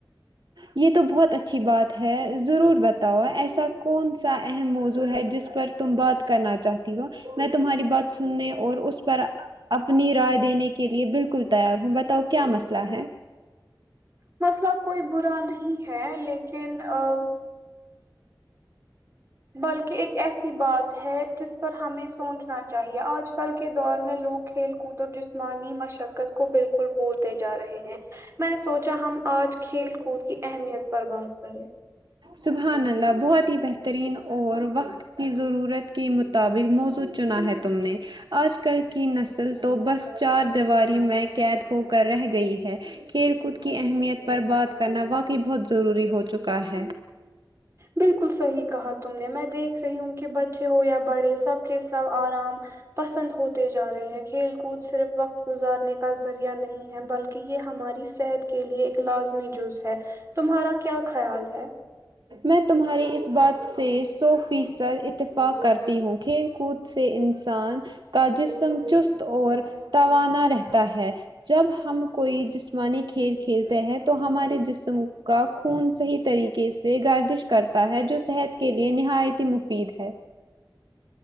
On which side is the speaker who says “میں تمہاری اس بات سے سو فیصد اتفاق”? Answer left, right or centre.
Right